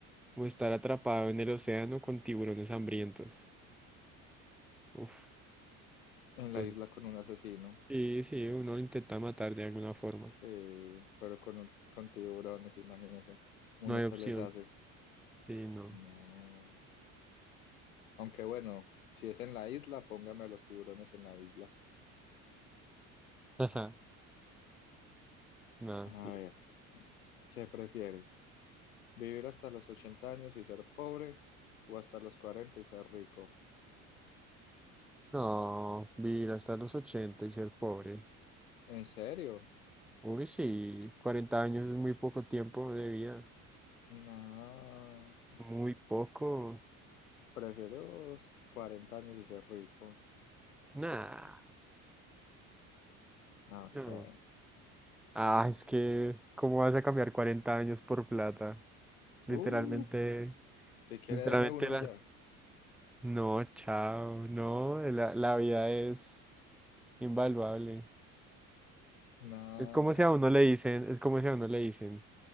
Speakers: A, in the centre; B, on the left (about 85°).
A: o estar atrapado en el océano con tiburones hambrientos? Uf,
B: En
A: pues
B: la isla con un asesino,
A: sí, sí, uno lo intenta matar de alguna forma.
B: sí, pero con, un- con tiburones, imagínese. ¿Uno
A: No hay
B: que
A: opción.
B: les hace?
A: Sí, no.
B: No. Aunque bueno, si es en la isla, póngame a los tiburones en la isla.
A: Ajá, no,
B: A
A: sí.
B: ver, ¿qué prefieres? ¿Vivir hasta los 80 años y ser pobre o hasta los cuarenta y ser rico?
A: No, vivir hasta los 80 y ser pobre.
B: ¿En serio?
A: Uy, sí, Cuarenta años es muy poco tiempo de vida.
B: No,
A: Muy poco.
B: prefiero los 40 años y ser rico.
A: Nah,
B: No
A: no.
B: sé.
A: Ah, es que, ¿cómo vas a cambiar 40 años por plata? Literalmente,
B: Uh, si quiere
A: literalmente
B: deme uno
A: la...
B: ya.
A: No, chao, no, la, la vida es invaluable.
B: No,
A: Es como
B: no,
A: si a
B: no. no.
A: uno le dicen, es como si a uno le dicen,